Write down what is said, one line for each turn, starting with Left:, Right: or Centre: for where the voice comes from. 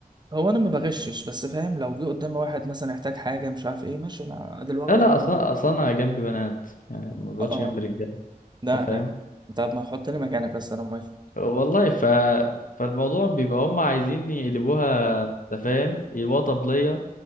Right: هو انا ما بغشش بس فاهم لو جه قدامي واحد مثلا يحتاج حاجه مش عارف ايه ماشي انا ادي الورقه
Left: لا لا اصلا
Right: قدامي
Left: اصلا انا جنبي بنات يعني ما بقعدش
Right: اه اه آه.
Left: جنب رجاله
Right: ده
Left: انت
Right: انا
Left: فاهم
Right: طب ما حطني مكانك بس انا موافق
Left: والله ف... فالموضوع بيبقى هم عايزين يقلبوها انت فاهم يقلبوها طبليه